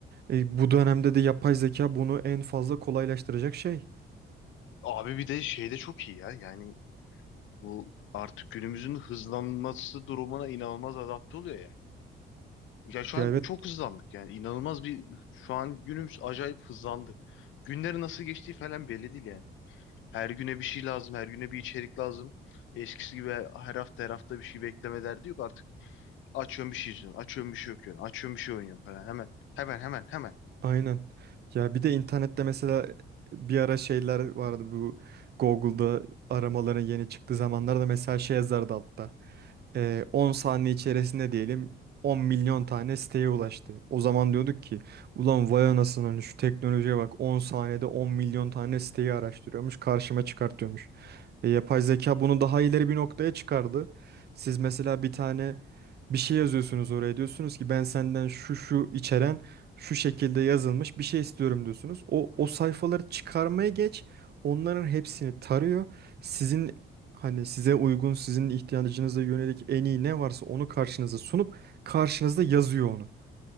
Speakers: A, on the right (about 55°); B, on the left (about 75°).
A: E, bu dönemde de yapay zeka bunu en fazla kolaylaştıracak şey.
B: Abi bir de şey de çok iyi ya. Yani bu artık günümüzün hızlanması durumuna inanılmaz adapte oluyor yani. Ya şu
A: Ya
B: an
A: evet
B: çok hızlandık yani. inanılmaz bir şu an günümüz acayip hızlandı. Günleri nasıl geçtiği falan belli değil yani. Her güne bir şey lazım, her güne bir içerik lazım. Eskisi gibi her hafta her hafta bir şey bekleme derdi yok. Artık açıyorum bir şey izliyorum, açıyorum bir şey okuyorum, açıyorum bir şey oynuyorum falan. Hemen, hemen, hemen, hemen.
A: Aynen. Ya bir de internette mesela bir ara şeyler vardı bu Google'da aramaların yeni çıktığı zamanlarda mesela şey yazardı altta. Ee, 10 saniye içerisinde diyelim 10 milyon tane siteye ulaştı. O zaman diyorduk ki ulan vay anasının şu teknolojiye bak 10 saniyede 10 milyon tane siteyi araştırıyormuş karşıma çıkartıyormuş. E, yapay zeka bunu daha ileri bir noktaya çıkardı. Siz mesela bir tane bir şey yazıyorsunuz oraya diyorsunuz ki ben senden şu şu içeren şu şekilde yazılmış bir şey istiyorum diyorsunuz. O o sayfaları çıkarmaya geç. Onların hepsini tarıyor. Sizin hani size uygun, sizin ihtiyacınıza yönelik en iyi ne varsa onu karşınıza sunup karşınızda yazıyor onu.